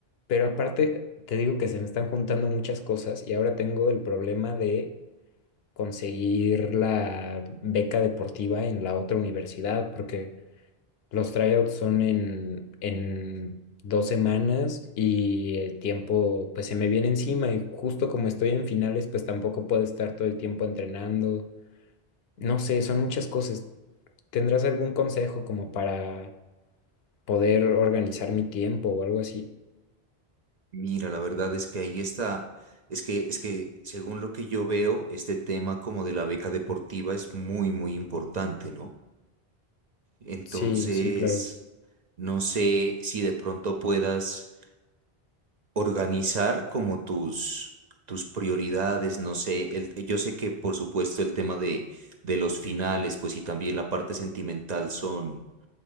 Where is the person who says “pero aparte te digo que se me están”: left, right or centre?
Left